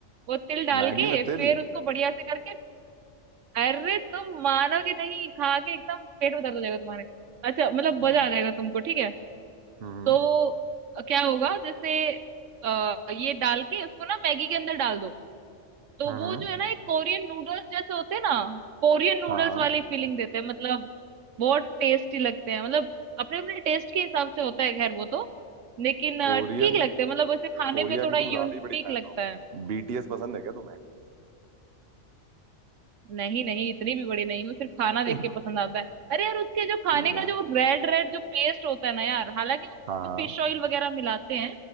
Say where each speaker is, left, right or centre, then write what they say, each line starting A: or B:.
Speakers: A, on the right (about 80°); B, on the right (about 55°).
A: वो तिल डाल
B: मैगी
A: के
B: में
A: फिर
B: तिल
A: उसको बढ़िया से करके अरे तुम मानोगे नहीं खा के एकदम पेट में दर्द हो जाएगा तुम्हारे अच्छा मतलब
B: हम्म
A: मजा आ जाएगा तुमको ठीक है
B: हम्म
A: तो क्या होगा जैसे अ, ये डाल के उसको ना मैगी के अंदर डाल दो तो
B: हम्म हम्म,
A: वो
B: हम्म,
A: जो है ना एक कोरियन नूडल्स जैसे होते हैं ना कोरियन नूडल्स
B: हाँ हाँ
A: वाली फीलिंग देते हैं मतलब बहुत टेस्टी लगते हैं मतलब अपने अपने टेस्ट के हिसाब से होता है खैर वो तो लेकिन अ,
B: कोरियन
A: ठीक लगते हैं मतलब वैसे खाने
B: कोरिया
A: में थोड़ा
B: की तुम
A: यूनिक
B: ज्यादा ही बड़ी फैन
A: लगता
B: हो
A: है
B: बीटीएस पसंद है क्या तुम्हें
A: नहीं नहीं इतनी भी बड़ी नहीं हूँ सिर्फ खाना देख
B: <laughs>
A: के पसंद आता है अरे यार उसके जो खाने
B: ठीक है
A: का जो रेड रेड जो पेस्ट होता है ना यार हालांकि वो उसमें
B: हाँ
A: फिश ऑयल वगैरह मिलाते हैं